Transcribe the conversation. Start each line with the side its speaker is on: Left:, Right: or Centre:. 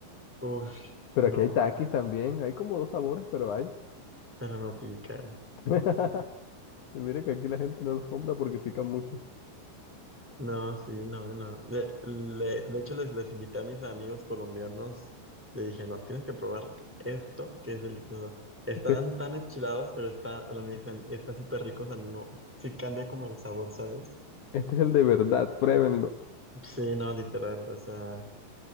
Centre: Uf,
Left: Pero
Centre: no,
Left: aquí hay taquis también. Hay como dos sabores, pero hay.
Centre: pero no pican.
Left: <laughs> Y mire que aquí la gente no los compra porque pican mucho.
Centre: No, sí, no, no. De, le- de hecho, les, les invité a mis amigos colombianos, le dije, no, tienes que probar esto, que es delicioso. Estaban
Left: Que
Centre: tan enchilados, pero está, ahora me dicen, está súper rico, o sea, no, sí cambia como el sabor, ¿sabes?
Left: Este es el de verdad, pruébenlo.
Centre: Sí, no, literal, o sea.